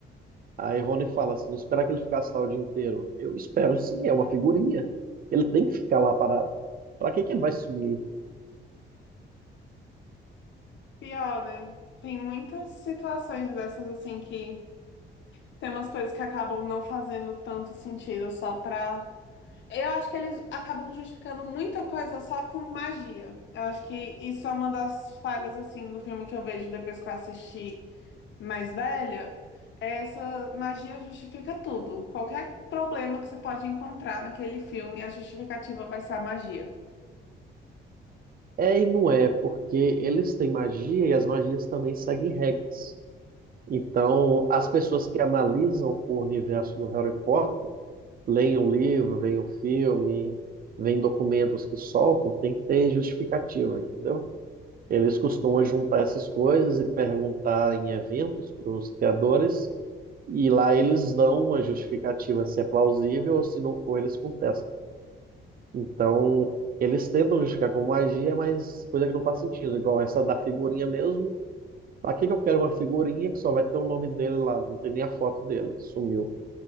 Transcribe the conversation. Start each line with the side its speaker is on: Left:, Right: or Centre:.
Right: Aí Rony fala, se não esperar que ele ficasse lá o dia inteiro. Eu espero sim, é uma figurinha. Ele tem que ficar lá parado. Pra que que ele vai sumir?
Left: Pior, né? Tem muitas situações dessas assim que Tem umas coisas que acabam não fazendo tanto sentido só pra. Eu acho que eles acabam justificando muita coisa só com magia. Eu acho que isso é uma das falhas, assim, do filme que eu vejo depois que eu assisti mais velha. É Essa magia justifica tudo. Qualquer problema que você pode encontrar naquele filme, a justificativa vai ser a magia.
Right: É e não é, porque eles têm magia e as magias também seguem regras. Então, as pessoas que analisam o universo do Harry Potter, leem o livro, veem o filme, veem documentos que soltam, tem que ter justificativa, entendeu? Eles costumam juntar essas coisas e perguntar em eventos para os criadores, e lá eles dão uma justificativa se é plausível ou se não for, eles contestam. Então, eles tentam justificar com magia, mas coisa que não faz sentido, igual essa da figurinha mesmo. Pra que que eu quero uma figurinha que só vai ter o nome dele lá? Não tem nem a foto dele, sumiu.